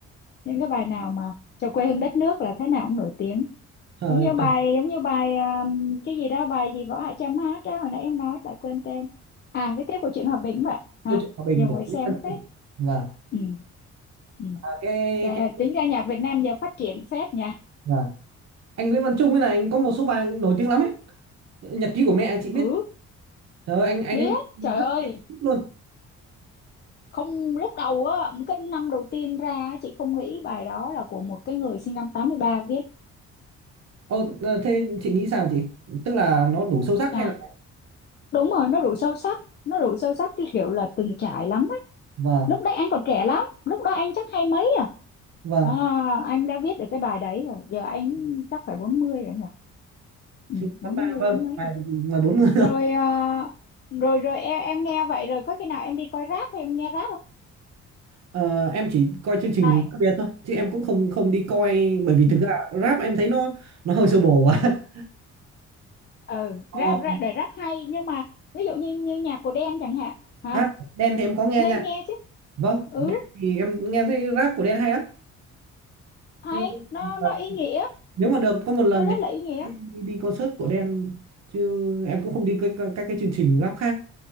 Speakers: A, on the left; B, on the right.
A: những cái bài nào mà cho quê hương đất nước là thế nào cũng nổi tiếng
B: Ờ,
A: giống như bài giống như bài um, cái gì đó bài gì Võ Hạ Trâm hát đó hồi nãy em nói lại quên tên à viết tiếp của chuyện hòa bình vậy hả
B: câu chuyện hòa bình
A: nhiều
B: của
A: người
B: Nguyễn
A: xem
B: Văn
A: phết
B: Trung vâng
A: ừ, ừ.
B: à, cái,
A: Trời,
B: cái
A: tính ra nhạc Việt Nam giờ phát triển phết nha
B: vâng anh Nguyễn Văn Trung ấy là anh có một số bài nổi tiếng lắm ấy nhật ký của mẹ chị biết
A: ừ
B: trời ơi, anh anh
A: biết
B: ấy rất
A: trời ơi
B: thích luôn
A: không lúc đầu á cái năm đầu tiên ra á, chị không nghĩ bài đó là của một cái người sinh năm 83 viết
B: Ồ, ờ, thế chị nghĩ sao chị tức là nó đủ sâu sắc
A: nha
B: hay là
A: đúng rồi nó đủ sâu sắc nó đủ sâu sắc cái kiểu là từng trải lắm
B: vâng
A: lúc đấy anh còn trẻ lắm lúc đó anh chắc hai mấy à
B: vâng
A: à anh đã viết được cái bài đấy rồi giờ anh chắc phải 40 rồi nhỉ ừ,
B: sinh
A: bốn
B: năm ba
A: mươi
B: vâng
A: bốn mấy
B: ngoài
A: rồi
B: ngoài bốn mươi
A: rồi à, rồi rồi em em nghe vậy rồi có khi nào em đi coi rap hay em nghe rap không
B: Ờ, em chỉ coi chương trình
A: à,
B: Rap biệt thôi chứ em cũng không không đi coi bởi vì
A: ừ,
B: thực ra rap em thấy nó nó hơi sơ bồ quá. <laughs>
A: ừ
B: Ờ,
A: rap, rap để rap hay nhưng mà ví dụ như như nhạc của Đen chẳng hạn hả
B: à, Đen thì em có nghe
A: nên
B: nha.
A: nghe chứ
B: Vâng,
A: ừ
B: Đen thì em nghe thấy rap của Đen hay lắm.
A: hay
B: Nhưng mà
A: nó
B: ờ,
A: nó ý nghĩa
B: nếu mà được có một lần
A: nó rất
B: thì
A: là ý nghĩa
B: em đi, đi concert của Đen chứ em cũng không đi các các, các cái chương trình rap khác.